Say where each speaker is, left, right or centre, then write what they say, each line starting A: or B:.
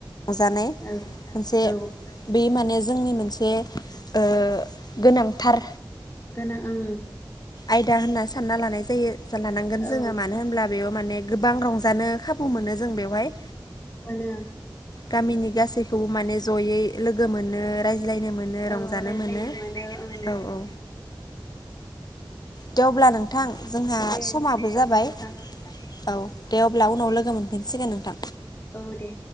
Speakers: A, on the left; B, on the left.
A: रंजानाय
B: औ
A: मोनसे
B: औ
A: बे मान माने जोंनि मोनसे ओ गोनांथार।
B: खोना ओम।
A: आयदा होनना सानना लानाय जायो लानांगोन जोङो
B: औ
A: मानो होनब्ला बेयाव माने गोबां रंजानो खाबु मोनो जों बेवहाय
B: मानो
A: गामिनि गासैखौबो माने जयै लोगो मोनो र बिलायनो मोनो रंजानो
B: औ रायज्लायनो
A: मोनो
B: ओं
A: औ औ। द आब्ला नोंथां जोंहा
B: दे
A: समाबो
B: औ
A: जाबाय
B: नोंथां
A: औ दे अब्ला उनाव लोगो मोन फिन्सिगोन नोंथां।
B: औ दे